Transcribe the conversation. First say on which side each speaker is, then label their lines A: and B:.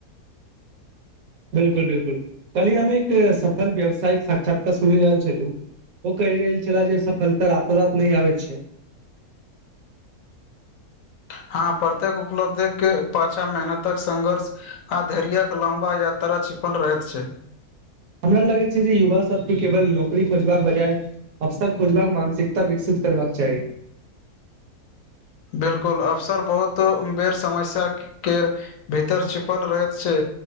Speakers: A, on the right; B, on the left.
A: बिल्कुल-बिल्कुल, कलि हम एक सफल व्यवसायिक साक्षात्कार सुनि रहल छलउ ओ कैहि रहल छला जे सफलता रातो-रात नहिं आवैत छै।
B: हाँ, प्रत्येक उपलब्धि के पाछा मेहनतक संघर्ष आ धैर्यक लम्बा यात्रा छिपल रहैत छै।
A: हमरा लगैत छै जे युवा सब के केवल नौकरी खोजबाक बजाय अबसर खोजबाक मानसिकता विकसित करवाक चाई।
B: बिलकुल, अफसर बहोत उं-बेर समस्या केर भितर छिपल रहैत छै,